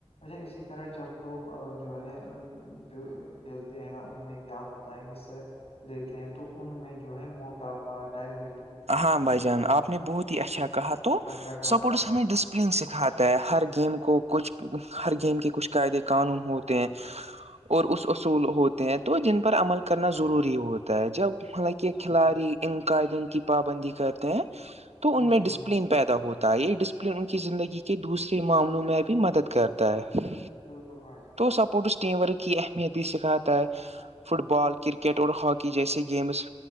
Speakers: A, on the left; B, on the right.
A: ا اسی طرح جب لوگ جو ہے جو کھیلتے ہیں نا ان میں کیا ہوتا ہے حصہ لیتے ہیں تو ان میں جو ہے موٹاپا ڈائب
B: ہاں بھائی جان آپ نے بہت ہی اچھا
A: کا
B: کہا تو
A: خطرہ کم
B: سپورٹس
A: ہوتا ہے
B: ہمیں
A: بالکل
B: ڈس سپلن سکھاتا ہے ہر گیم کو کچھ ہر گیم کے کچھ قاعدے قانون ہوتے ہیں اور اس اصول ہوتے ہیں تو جن پر عمل کرنا ضروری ہوتا ہے جب حالانکہ کھلاڑی
A: بالکل
B: ان قائدین کی پابندی کرتے ہیں تو
A: بالکل
B: ان میں ڈسپلین پیدا ہوتا ہے یہ ڈسپلن ان کی زندگی کے دوسرے معاملوں میں بھی مدد کرتا ہے
A: بلکل بھائی جان
B: سپورٹس ٹیم ورک کی اہمیت بھی سکھاتا ہے فٹ بال کرکٹ اور ہاکی جیسے گیمس